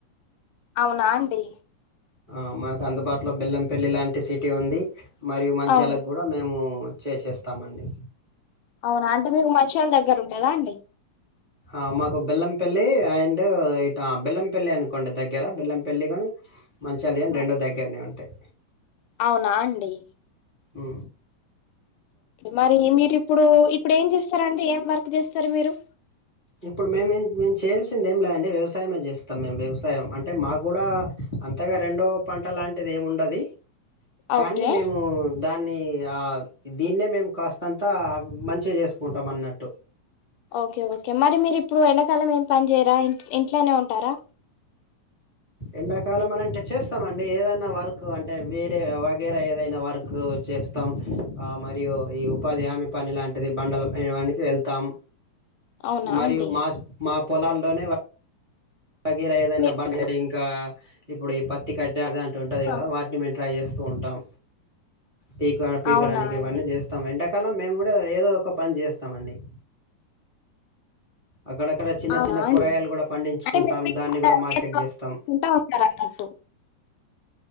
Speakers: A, on the left; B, on the right.
A: అవునా అండి
B: ఆ మాకు అందుబాటులో బెల్లంపల్లి లాంటి సిటీ టి ఉంది మరియు మంచ్యాలకు
A: అవును
B: కూడా మేము చేసేస్తామండి
A: అవునా అంటే మీకు మంచ్యాల దగ్గర ఉంటాదా అండి
B: ఆ మాకు బెల్లంపల్లి అండ్ ఇట బెల్లంపల్లి అనుకోండి దగ్గర బెల్లంపల్లి కాని మంచ్యాల అవి
A: ఆ!
B: రెండూ దగ్గరనే ఉంటాయి
A: అవునా అండి
B: ఆ
A: మరి మీరు ఇప్పుడు ఇప్పుడు ఏం చేస్తార అండి ఏం వర్క్ చేస్తారు మీరు
B: ఇప్పుడు మేము ఏం మేం చేల్ వచ్చింది ఏం లేఅండి వ్యవసాయమే చేస్తాం మేము వ్యవసాయం అంటే మాకు గూడా అంతగా రెండో పంట లాంటిది ఏముండది. కానీ
A: ఓకే
B: మేము దాన్ని ఆ దీన్నే మేము కాస్తంతా మంచిగా చేసుకుంటాం అన్నట్టు
A: ఓకే ఓకే మరి మీరు ఇప్పుడు ఎండాకాలం ఏం పని చేయరా ఇ ఇంట్లోనే ఉంటారా
B: ఎండాకాలం అని అంటే చేస్తామ అండి ఏదన్నా వర్క్ అంటే వేరే వగైరా ఏదైనా వర్క్ చేస్తాం ఆ మరియు ఈ ఉపాధి హామీ పని లాంటిది బండలపని వానికి వెళ్తాం
A: అవునా
B: మరి
A: అండి
B: మా మా పొలాల్లోనే వగైర ఏదై <unintelligible>
A: మీ
B: నా బ ఇంకా ఇప్పుడు ఈ పత్తి కట్టేదం ఉంటది కదా
A: ఆ!
B: వాటిని మేం ట్రై చేస్తా తూ ఉంటాం పీక పీకడానికి
A: అవునా అండి
B: ఇవన్నీ చేస్తాం అంటే కాలం మేము కూడా ఏదో ఒక పని చేస్తామండి అక్కడక్కడ చిన్న
A: అవునా
B: చిన్న
A: అండి
B: కూరగాయలు కూడా పండించుకుంటాం
A: అంటే మీరు
B: దాన్ని
A: ఇంకా
B: కూడా మార్కెట్ చేస్తాం
A: కుంటా ఉంటారు అన్నట్టు